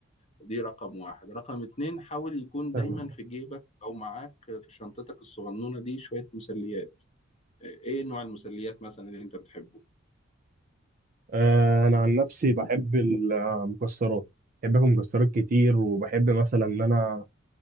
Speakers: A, on the left (about 30°); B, on the right (about 40°).
A: دي رقم واحد رقم اتنين حاول يكون
B: فاهمك
A: دايما في جيبك او معاك في شنطتك الصغنونة دي شوية مسليات ايه نوع المسليات مثلا اللي انت بتحبه
B: آه، انا عن نفسي بحب المكسرات بحب اكل مكسرات كتير وبحب مثلا ان انا